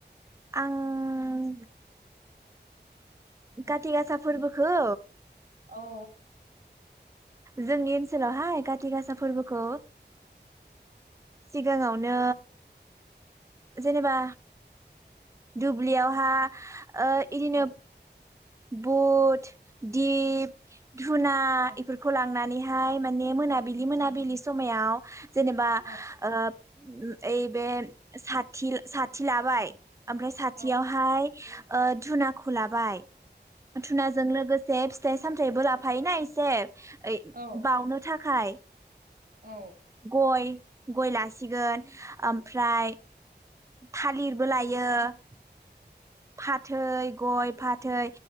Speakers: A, on the right; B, on the right.
A: आं खाथि गासा फोरबोखौ
B: औ।
A: जोंनि ओनसोलावहाय काति गासा फोरबोखौ सिगाङावनो जेनेबा दुब्लियावहा ओ इदिनो
B: औ
A: बुट दिप धुना
B: औ
A: इफोरखौ लांनानै हाय माने मोनाबिलि मोनाबिलि समायाव जेनेबा
B: औ
A: ओ ओइ बे साथि साथि लाबाय ओमफ्राय साथियावहाय
B: औ
A: ओ धुनाखौ लाबाय धुनाजों लोगो से फिथाइ सामथायबो लाफायोना एसे ओइ
B: औ
A: बावनो थाखाय
B: औ
A: गय गय लासिगोन ओमफ्राय थालिरबो लायो । फाथै गय फाथै